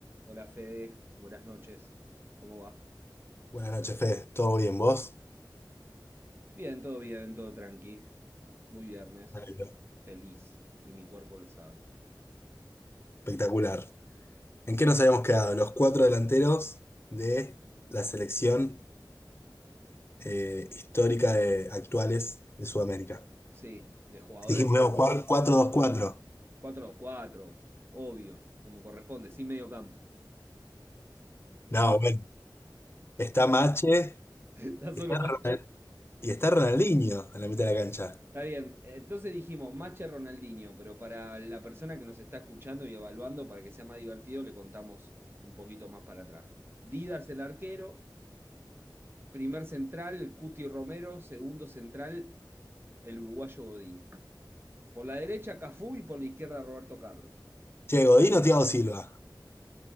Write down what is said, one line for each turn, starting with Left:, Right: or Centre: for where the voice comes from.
Right: Hola Fede, buenas noches. ¿Cómo va?
Left: Buenas noches, Fede. ¿Todo bien vos?
Right: Bien, todo bien, todo tranqui. Muy viernes,
Left: Me alegro.
Right: feliz y mi cuerpo lo sabe.
Left: Espectacular. ¿En qué nos habíamos quedado? Los cuatro delanteros de la selección eh, histórica de actuales de Sudamérica.
Right: Sí, de jugadores,
Left: Dijimos, luego Cuatro dos cuatro. dos-cuatro.
Right: 4 cuatro, obvio, como corresponde, sin medio campo.
Left: No, bueno. Está Mache,
Right: <laughs> Está solo
Left: está Ronald-
Right: Mache.
Left: y está Ronaldinho en la mitad de la cancha.
Right: Está bien. Entonces dijimos Mache Ronaldinho, pero para la persona que nos está escuchando y evaluando, para que sea más divertido, le contamos un poquito más para atrás. Didas el arquero, Primer central, el Cuti Romero. Segundo central, el uruguayo Godín. Por la derecha, Cafú y por la izquierda, Roberto Carlos.
Left: Che, Godín o Thiago Silva.